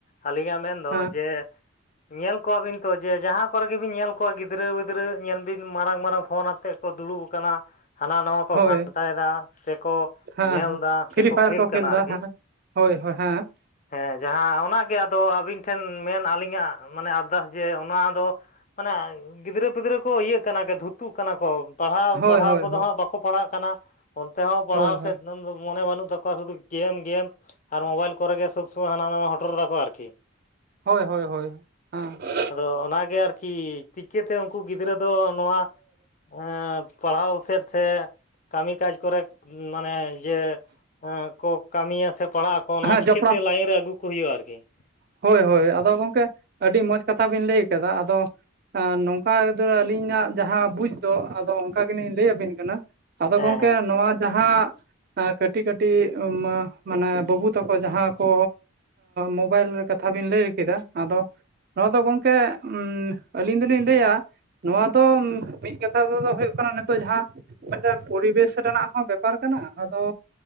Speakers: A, on the left; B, on the right.
A: ᱟᱹᱞᱤᱧᱟᱜ ᱢᱮᱱ ᱫᱚ
B: ᱦᱮᱸ
A: ᱡᱮ <inaudible> ᱧᱮᱞ ᱠᱚᱣᱟ ᱵᱤᱱ ᱛᱚ ᱡᱮ ᱡᱟᱦᱟ ᱠᱚᱨᱮ ᱜᱮᱵᱤᱱ ᱧᱮᱞ ᱠᱚᱣᱟ ᱜᱤᱫᱽᱨᱟᱹ ᱯᱤᱫᱽᱨᱟᱹ ᱧᱮᱞ ᱵᱤᱱ ᱢᱟᱨᱟᱝ ᱢᱟᱨᱟᱝ ᱯᱷᱳᱱ ᱟᱛᱮ ᱠᱚ ᱫᱩᱲᱩᱵ ᱟᱠᱟᱱᱟ ᱾ ᱦᱟᱱᱟ ᱱᱟᱣᱟ ᱠᱚ
B: ᱦᱳᱭ
A: ᱜᱷᱟᱱᱴᱟᱭᱮᱫᱟ ᱥᱮ ᱠᱚ
B: ᱦᱮᱸ
A: ᱧᱮᱞ
B: ᱦᱮᱸ
A: ᱮᱫᱟ
B: ᱯᱷᱨᱤ
A: ᱥᱮ ᱠᱚ
B: ᱯᱷᱟᱭᱟᱨ
A: ᱠᱷᱮᱞ ᱠᱟᱱᱟ
B: ᱫᱟ
A: ᱟᱨᱠᱤ
B: ᱦᱮᱸ
A: ᱾
B: ᱦᱳᱭ ᱦᱳᱭ ᱦᱮᱸ
A: ᱦᱮᱸ ᱡᱟᱦᱟᱸ ᱚᱱᱟᱜᱮ ᱟᱫᱚ ᱟᱹᱵᱤᱱ ᱴᱷᱮᱱ ᱢᱮᱱ ᱟᱹᱞᱤᱧᱟᱜ ᱢᱟᱱᱮ ᱟᱨᱫᱟᱥ ᱡᱮ ᱚᱱᱟ ᱫᱚ ᱢᱟᱱᱮ ᱜᱤᱫᱽᱨᱟᱹ ᱯᱤᱫᱽᱨᱟᱹ ᱠᱚ ᱤᱭᱟᱹᱜ ᱠᱟᱱᱟ ᱫᱷᱩᱛᱛᱩᱜ ᱠᱟᱱᱟ ᱠᱚ ᱾ ᱯᱟᱲᱦᱟᱣ
B: ᱦᱳᱭ
A: ᱯᱟᱲᱦᱟᱣ
B: ᱦᱳᱭ
A: ᱠᱚᱫᱚ
B: ᱦᱳᱭ
A: ᱦᱟᱸᱜ ᱵᱟᱠᱚ ᱯᱟᱲᱦᱟᱜ ᱠᱟᱱᱟ ᱚᱱᱛᱮ ᱦᱚᱸ ᱯᱟᱲᱦᱟᱣ
B: ᱦᱳᱭ ᱦᱳᱭ
A: ᱥᱮᱫ ᱫᱚ ᱢᱚᱱᱮ ᱵᱟᱹᱱᱩᱜ ᱛᱟᱠᱚᱣᱟ ᱥᱩᱫᱷᱩ ᱜᱮᱢ ᱜᱮᱢ ᱟᱨ ᱢᱳᱵᱟᱭᱤᱞ ᱠᱚᱨᱮ ᱜᱮ ᱥᱚᱵᱽ ᱥᱚᱢᱚᱭ ᱦᱟᱱᱟ ᱱᱟᱣᱟ ᱦᱚᱴᱚᱨ ᱮᱫᱟᱠᱚ ᱟᱨᱠᱤ ᱾
B: ᱦᱳᱭ ᱦᱳᱭ ᱦᱳᱭ ᱦᱮᱸ ᱾
A: ᱟᱫᱚ ᱚᱱᱟᱜᱮ ᱟᱨᱠᱤ ᱪᱤᱠᱟᱹᱛᱮ ᱩᱱᱠᱩ ᱜᱤᱫᱽᱨᱟᱹ ᱫᱚ ᱱᱚᱣᱟ ᱮᱻ ᱯᱟᱲᱦᱟᱣ ᱥᱮᱫ ᱥᱮ ᱠᱟᱹᱢᱤ ᱠᱟᱡᱽ ᱠᱚᱨᱮ ᱢᱟᱱᱮ ᱤᱭᱟᱹ ᱮᱸ ᱠᱚ ᱠᱟᱹᱢᱤᱭᱟ ᱥᱮ ᱯᱟᱲᱦᱟᱜ ᱟᱠᱚ ᱚᱱᱟ
B: ᱦᱮᱸ
A: ᱪᱤᱠᱟᱹᱛᱮ
B: ᱡᱚᱯᱲᱟᱣ
A: ᱞᱟᱭᱤᱱ ᱨᱮ ᱟᱹᱜᱩ ᱠᱚ ᱦᱩᱭᱩᱜ-ᱟ ᱟᱨᱠᱤ ᱾
B: ᱦᱳᱭ ᱦᱳᱭ ᱟᱫᱚ ᱜᱚᱢᱠᱮ ᱟᱹᱰᱤ ᱢᱚᱸᱡᱽ ᱠᱟᱛᱷᱟ ᱵᱤᱱ ᱞᱟᱹᱭ ᱠᱟᱫᱟ ᱾ ᱟᱫᱚ ᱱᱚᱝᱠᱟ ᱫᱚ ᱟᱞᱤᱧᱟᱜ ᱡᱟᱦᱟᱸ ᱵᱩᱡ ᱫᱚ ᱟᱫᱚ ᱚᱱᱠᱟ ᱜᱮᱞᱤᱧ ᱞᱟᱹᱭ ᱟᱵᱤᱱ ᱠᱟᱱᱟ ᱾ ᱟᱫᱚ
A: ᱦᱮᱸ
B: ᱜᱚᱢᱠᱮ
A: ᱦᱮᱸ
B: ᱱᱚᱣᱟ ᱡᱟᱦᱟᱸ ᱠᱟᱹᱴᱤᱡ ᱠᱟᱹᱴᱤᱡ ᱢᱟᱱᱮ ᱵᱟᱹᱵᱩ ᱛᱟᱠᱚ ᱡᱟᱦᱟᱸ ᱠᱚ ᱢᱳᱵᱟᱭᱤᱞ ᱠᱟᱛᱷᱟ ᱵᱤᱱ ᱞᱟᱹᱭ ᱠᱮᱫᱟ ᱟᱫᱚ ᱱᱚᱣᱟ ᱫᱚ ᱜᱚᱢᱠᱮ ᱟᱹᱞᱤᱧ ᱫᱚᱞᱤᱧ ᱞᱟᱹᱭᱟ ᱱᱚᱣᱟ ᱫᱚ ᱢᱤᱫ ᱠᱟᱛᱷᱟ ᱛᱮᱫᱚ ᱦᱩᱭᱩᱜ ᱠᱟᱱᱟ ᱱᱤᱛᱚᱜ ᱡᱟᱦᱟᱸ ᱢᱤᱫᱴᱮᱱ ᱯᱚᱨᱤᱵᱮᱥ ᱨᱮᱱᱟᱜ ᱦᱚᱸ ᱵᱮᱯᱟᱨ ᱠᱟᱱᱟ᱾ ᱟᱫᱚ